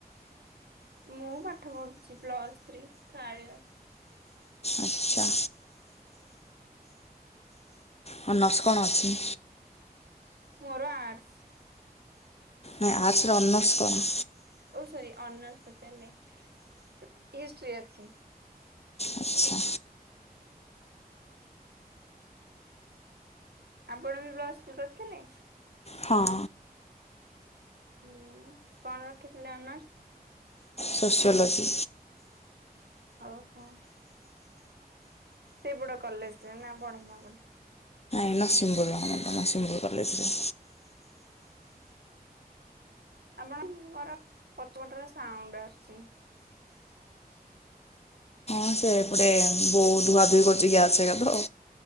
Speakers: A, on the right (about 85°); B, on the left (about 40°).
A: ମୁଁ ପାଠ ପଢୁଛି ପ୍ଲସ୍ ଥ୍ରୀ ଳିଆ
B: ଆଚ୍ଛା। ହଁ ନର୍ସ କଣ ଅଛି?
A: ମୋର ଆର୍ଟସ୍।
B: ନାଇଁ ଆସର ଅନ ନର୍ଚ କଣ?
A: ଓ ସରି ଅନର୍ସ ପଚାରିଲେ ହିଷ୍ଟି ଅଛି।
B: ଆଚ୍ଛା
A: ଆପଣ ବି ପ୍ଲସ୍ ଥ୍ରୀ କରିଥିଲେ?
B: ହଁ।
A: ହୁଁ କଣ ରଖିଥିଲେ ଅନର୍ସ?
B: ସୋସିଲୋଜି
A: ଓହୋ। ସେ ବଡ କଲେଜ ରେ ନା ବଡ ମାବନ
B: ଏ ନା ସିମ୍ବୁ ଲ ମତା ନା ସିମ୍ବୁଲ କଲେଜରେ।
A: ଆପଣଙ୍କର ପଥପଟର ସାଉଣ୍ଡ ଆସୁଛି।
B: ହଁ ସେ ଏପଟେ ବହୁତ ଧୁଆଧୁଇ କରୁଛି ଗ୍ୟାସ୍ ଗ୍ୟାପ ଆ